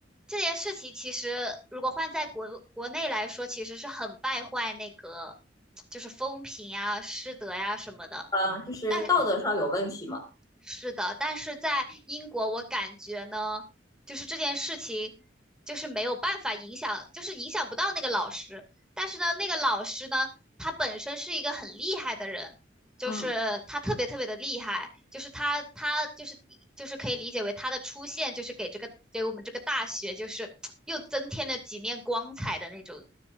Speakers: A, in the centre; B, on the left.
A: 这件事情其实如果换在国国内来说，其实是很败坏那个就是风评啊、师德呀、什么的。
B: 嗯、就是道德上有问题嘛，
A: 但是的，但是在英国，我感觉呢，就是这件事情，就是没有办法影响，就是影响不到那个老师。但是呢，那个老师呢，他本身是一个很厉害的人，就是他特别特别的厉害，
B: 嗯
A: 就是他他就是就是可以理解为他的出现，就是给这个给我们这个大学，就是 <tsk> 又增添了几面光彩的那种